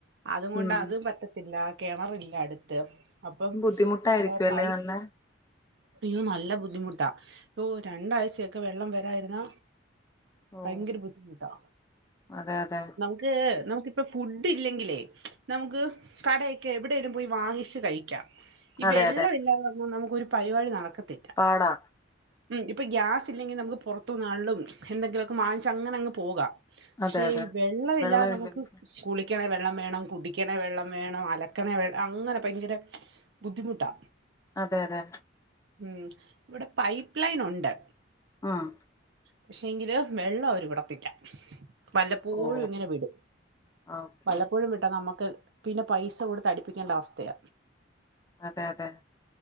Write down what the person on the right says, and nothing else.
അതും കൊണ്ട്
അതും പറ്റത്തില്ല കെണറില്ല അടുത്ത് അപ്പം
ഇവിടെ
പൈ
പിന്നെ നല്ല ബുദ്ധിമുട്ടാ പോ രണ്ടാഴ്ചയൊക്കെ വെള്ളം വരായിരുന്നാ
ഭയങ്കരബുദ്ധിമുട്ടാ
നമുക്ക് നമുക്കിപ്പ ഫുഡ് ഇല്ലെങ്കിലേ നമുക്ക് കടയ് ക്ക്‌ എവിടെയേലും പോയി വാങ്ങിച്ച് കഴിക്കാം ഈ
വെള്ള
ഇല്ലാന്ന് പറഞ്ഞാൽ നമുക്ക് ഒരു പരിപാടി നടക്കത്തില്ല
ഉം ഇപ്പൊ ഗ്യാസ് ഇല്ലെങ്കിൽ നമുക്ക് പുറത്തു ന്നാണ്ലും എന്തെങ്കിലുമൊക്കെ വാങ്ങിച്ച അങ്ങനെ അങ്ങ് പോകാം പക്ഷെ
ഈ വെള്ളവില്ലാതെ
നമുക്ക് കുളിക്കണേ വെള്ളം വേണം കുടിക്കണേ വെള്ളം വേണം അലക്കണേ വെ അങ്ങനെ ഭയങ്കര ബുദ്ധിമുട്ടാ
ഉം ഇവിടെ പൈപ്പ് ലൈൻ ഉണ്ട്
പക്ഷെ ങ്കില് വെള്ളം അവര് വിടത്തില്ല വല്ലപ്പോഴും
ഇങ്ങനെ വിടും
വല്ലപ്പോഴും
വിട്ടാ നമ്മക്ക് പിന്നെ പൈസ കൊടുത്ത് അടിപ്പിക്കേണ്ട അവസ്ഥയ